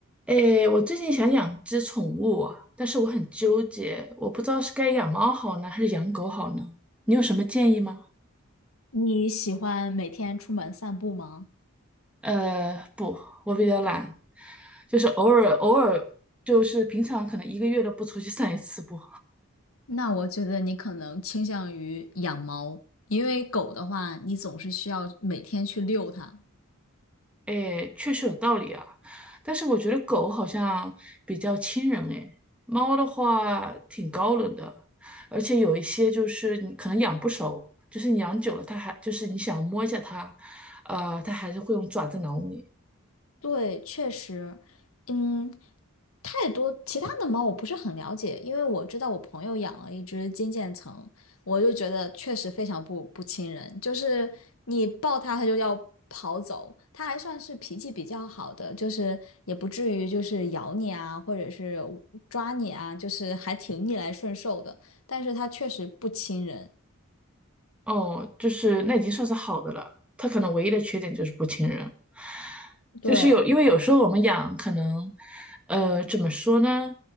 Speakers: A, in the centre; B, on the left.
A: 诶，我最近想养只宠物啊，但是我很纠结，我不知道是该养猫好呢，还是养狗好呢？你有什么建议吗？
B: 你喜欢每天出门散步吗？
A: 呃，不，我比较懒，就是偶尔偶尔，就是平常可能一个月都不出去散一次步。
B: 那我觉得你可能倾向于养猫，因为狗的话，你总是需要每天去遛它，
A: 哎，确实有道理啊，但是我觉得狗好像比较亲人哎，猫的话挺高冷的，而且有一些就是你可能养不熟，就是你养久了它还就是你想摸一下它，呃，它还是会用爪子挠你。
B: 对，确实，嗯，太多其他的猫我不是很了解，因为我知道我朋友养了一只金渐层，我就觉得确实非常不不亲人，就是你抱它它就要跑走，它还算是脾气比较好的，就是也不至于就是咬你啊，或者是抓你啊，就是还挺逆来顺受的，但是它确实不亲人，
A: 哦，就是那已经算是好的了。它可能唯一的缺点就是不亲人，就是有，
B: 对，
A: 因为有时候我们养可能，呃，怎么说呢？